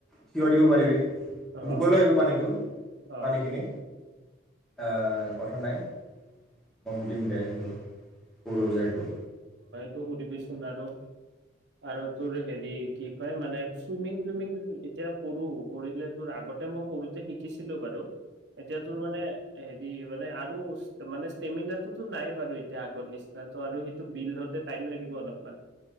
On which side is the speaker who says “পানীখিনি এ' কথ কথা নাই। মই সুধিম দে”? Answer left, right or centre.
Centre